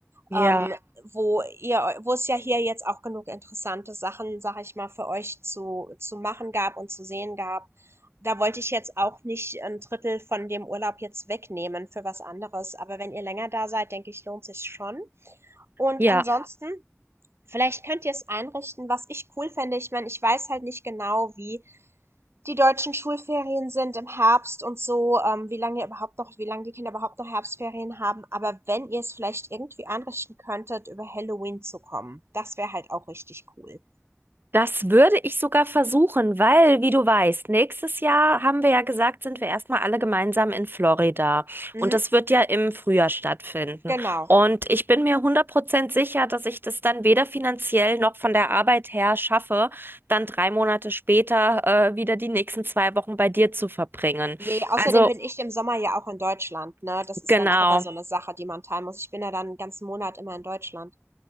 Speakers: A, on the right; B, on the right.
A: ja,
B: ähm, wo ihr, wo es ja hier jetzt auch genug interessante Sachen, sag ich mal, für euch zu, zu machen gab und zu sehen gab. Da wollte ich jetzt auch nicht ein Drittel von dem Urlaub jetzt wegnehmen für was anderes. Aber wenn ihr länger da seid, denke ich, lohnt sich schon. Und
A: ja.
B: Ja. ansonsten, vielleicht könnt ihr es einrichten, was ich cool fände. Ich meine, ich weiß halt nicht genau, wie. Die deutschen Schulferien sind im Herbst und so, ähm, wie lange ihr überhaupt noch wie lange die Kinder überhaupt noch Herbstferien haben. Aber wenn ihr es vielleicht irgendwie anrichten könntet, über Halloween zu kommen, das wäre halt auch richtig cool.
A: Das würde ich sogar versuchen, weil, wie du weißt, nächstes Jahr haben wir ja gesagt, sind wir erstmal alle gemeinsam in Florida.
B: Mhm,
A: Und das wird ja im Frühjahr stattfinden.
B: genau.
A: Und ich bin mir 100% sicher, dass ich das dann weder finanziell noch von der Arbeit her schaffe, dann drei Monate später, äh, wieder die nächsten zwei Wochen bei dir zu verbringen.
B: Ne, außerdem
A: Also,
B: bin ich im Sommer ja auch in Deutschland, ne? Das ist
A: genau.
B: dann auch immer so eine Sache, die man teilen muss. Ich bin ja dann einen ganzen Monat immer in Deutschland.